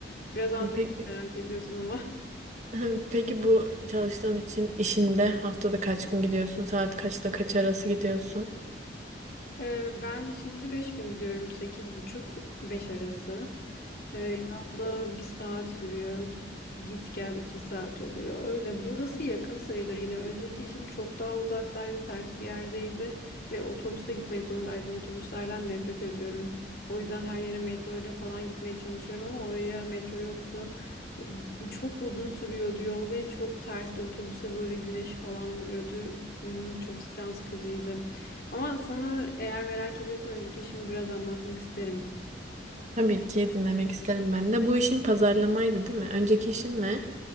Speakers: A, on the left (about 50°); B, on the right (about 40°).
A: Biraz anlatayım
B: Yani Peki,
A: merak ediyorsan ama. <laughs>
B: <laughs> peki bu çalıştığın için işinde haftada kaç gün gidiyorsun? Saat kaçla kaç arası gidiyorsun?
A: Ee, ben şimdi beş bin gidiyorum. sekiz buçuk beş arası. Ee, yolda bir saat sürüyor. Git gel iki saat oluyor. Öyle burası yakın sayılır yine. Önceki işim çok daha uzaktaydı, ters bir yerdeydi ve otobüste gitmek zorundaydım. Otobüslerden nefret ediyorum. O yüzden her yere metro ile falan gitmeye çalışıyorum ama oraya metro yoktu. O- Çok uzun sürüyordu yol ve çok tersti. Otobüse böyle güneş falan vuruyordu. Hmm, Çok can sıkıcıydı. Ama sana eğer merak ediyorsan önceki işimi biraz anlatmak isterim.
B: Tabii ki dinlemek isterim ben de. Bu işin pazarlamaydı, değil mi? Önceki işin ne?